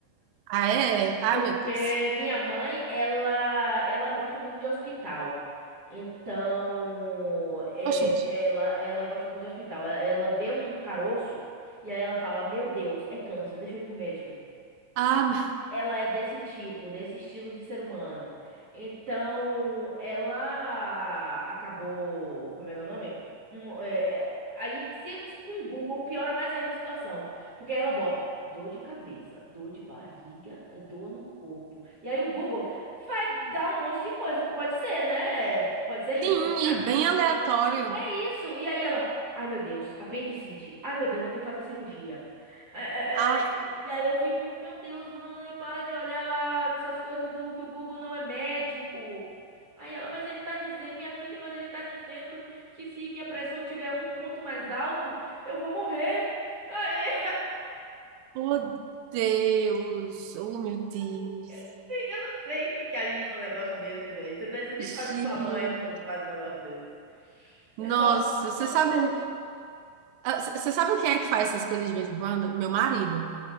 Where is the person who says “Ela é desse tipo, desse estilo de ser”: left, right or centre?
Right